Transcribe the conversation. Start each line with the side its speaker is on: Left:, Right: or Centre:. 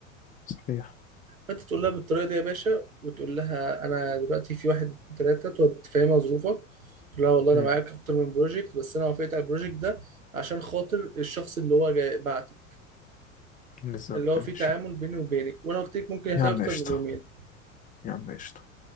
Left: صحيح
Right: فانت تقول لها بالطريقه دي يا باشا وتقول لها انا دلوقتي في واحد اتنين تلاته تقعد تفهمها ظروفك تقول لها والله انا
Left: امم
Right: معاك اكتر من بروجكت بس انا وافقت على البروجكت ده عشان خاطر الشخص اللي هو جاي بعتك
Left: بالظبط
Right: اللي هو
Left: ماشي
Right: في تعامل بيني وبينك وانا قلت لك ممكن يحتاج
Left: يا عم
Right: اكتر
Left: قشطه
Right: من يومين
Left: يا عم قشطه